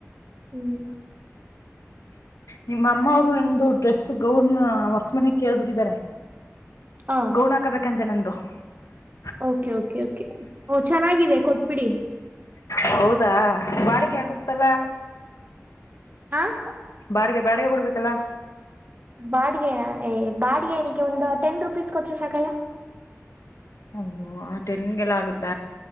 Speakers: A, on the right; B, on the left.
A: ಹ್ಮ್
B: ನಿಮ್ಮ ಅಮ್ಮ ಅವರು ನಮ್ದು ಡ್ರೆಸ್ಸ ಗೌನ್ ಹೊಸ ಮನೆ ಕೇಳ್ಬಿಟ್ಟಿದ್ದಾರೆ
A: ಹ
B: ಗೌಣ ಹಾಕಬೇಕಂತ ನ ಂದುೊ <inaudible>
A: ಓಕೆ ಕೆ ಕೆ ಓ ಚೆನ್ನಾಗಿದೆ ಕೊಟ್ಬಿಡಿ
B: ಹೌದಾ ಬಾಡಿಕೆ ಆಗುತ್ತಲ್ಲ
A: ಹಾ.. <inaudible>
B: ಬಾಡಿಗೆ, ಬಾಡಿಗೆ, ಕೊಡ್ಬೇಕಲ್ಲ. <inaudible>
A: ಬಾಡಿಗೆ, ಏ ಬಾಡ್ಗೆ ಏನಕ್ಕೆ ಒಂದು ಟೆನ್ ರುಪೀಸ್ ಕೊಟ್ರ ಸಾಕಲ್ಲ. <unintelligible>
B: ಓ, ಆ, ಟೆನ್ಗೆಲ್ಲ ಆಗುತ್ತ.